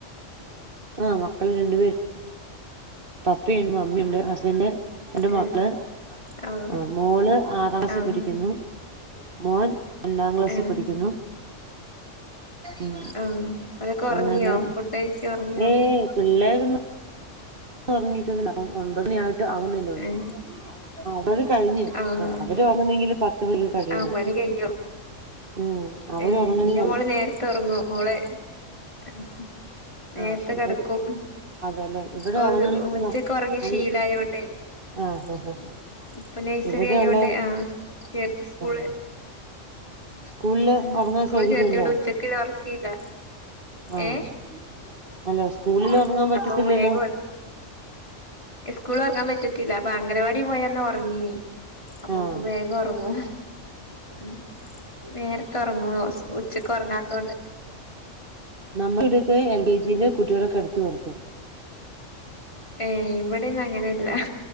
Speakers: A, on the right; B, on the left.
A: ആ മക്കള് രണ്ടുപേര് പപ്പയുണ്ട് മമ്മിയുണ്ട് ഹസ്ബൻഡ് ഉണ്ട് മക്കള്
B: ഏ ആഹ്
A: ആ മോള് ആറാം ക്ലാസിൽ
B: ആഹ്
A: പഠിക്കുന്നു മോൻ രണ്ടാം ക്ലാസ്സിൽ
B: ആഹ്
A: പഠിക്കുന്നു ഉം
B: ആഹ് അവരൊക്കെ ഉറങ്ങിയോ
A: അങ്ങനെ
B: ഫുഡ് കഴിച്ച് ഉറങ്ങിയോ
A: ഏ പിള്ളേരൊന്നും ഉറങ്ങിട്ടൊന്നുമില്ല ഒൻപത് മണി ആയിട്ട് ആവുന്നില്ല ഒന്നു
B: ഏ
A: ആ ഒ കഴിഞ്ഞു
B: ആഹ്
A: ആ അവര് ഉറങ്ങണങ്കില് പത്ത് മണി കഴിയണം
B: ആഹ് പണി കഴിഞ്ഞു
A: ഉം അവര്
B: ഏ
A: ഉറങ്ങണെങ്കി
B: എന്റെ മോള് നേരത്തെ ഉറങ്ങും മോള് ആ നേരത്തെ
A: ആ ഇവിടെ
B: കിടക്കും
A: അതെല്ലേ ഇവിടെ
B: അവളത്
A: ഉറങ്ങണെങ്കില്
B: ഉച്ചക്കെ
A: ന
B: ഉറങ്ങിയ
A: ആ
B: ശീലയോണ്ടേ
A: ആ ആ
B: ഉം ഇപ്പൊ നൈസറി
A: ഇവിടെയുള്ള
B: ആയോണ്ട് ആ ചേർത്ത് സ്കൂള്
A: ആ <inaudible> സ്കൂളില്
B: ഉം
A: ഉറങ്ങാൻ
B: സ്കൂൾ
A: സൗകര്യം
B: ചേർത്തോണ്
A: ഉണ്ടോ
B: ഉച്ചക്ക് ഉറക്കമില്ല
A: ആ
B: ഏ
A: അല്ല സ്കൂളിൽ ഉറങ്ങാൻ
B: ഉം
A: പറ്റത്തില്ലല്ലോ
B: അപ്പൊ വേഗ സ്കൂള് ഉറങ്ങാൻ പറ്റത്തില്ല അപ്പൊ അംഗനവാടി പോയന്ന് ഉറങ്ങീനി അപ്പൊ
A: ആഹ്
B: ഇപ്പൊ വേഗം ഉ ങ്ങും നേരത്തെ ഉറങ്ങും ഉച്ചക്ക് ഉറങ്ങാത്തൊണ്ട്
A: നമ്മുടെ ഇവിടൊക്കെ എൽ കെ ജിന്റെ കുട്ടികളെ കിടത്തി ഉറക്കും
B: ഏ ഇവിടെന്നും അങ്ങനല്ല